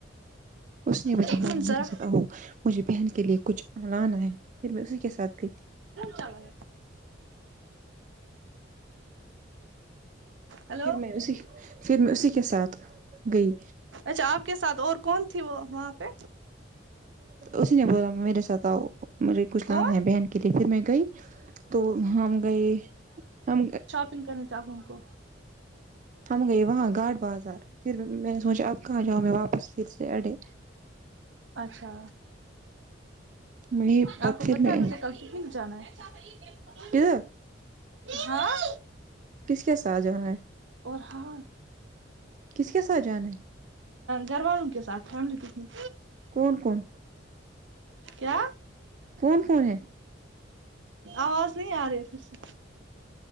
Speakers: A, on the right; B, on the right.
A: اس نے مجھے
B: ایک
A: بولا
B: منٹ ذرا
A: میرے ساتھ آؤ مجھے بہن کے لیے کچھ لانا ہے پھر میں اسی کے ساتھ گئی
B: چلا ہے ہلو
A: پھر میں اسی پھر میں اسی کے ساتھ گئی
B: اچھا آپ کے ساتھ اور کون تھی وہ وہاں پہ
A: اسی نے بولا میرے ساتھ آؤ مجھے کچھ لانا
B: کون
A: ہے بہن کے لیے پھر میں گئی تو ہم گئے ہم
B: تپن کرنی سبوں کو
A: ہم گئے وہاں گاٹ بازار پھر میں نے سوچا اب کہاں جاؤ میں واپس پھر سے اڈے
B: اچھا
A: میں پت
B: آپ کو
A: پھر
B: پتا
A: میں
B: ہے مجھے کل سکول جانا ہے ح <inaudible>
A: کدھر
B: ہاں
A: کس کے ساتھ جانا ہے
B: اور ہاں
A: کس کے ساتھ جانا ہے
B: گھر والوں کے ساتھ فیملی پکنک
A: کون کون
B: کیا
A: کون کون ہے
B: آواز نہیں آ رہی پھر سے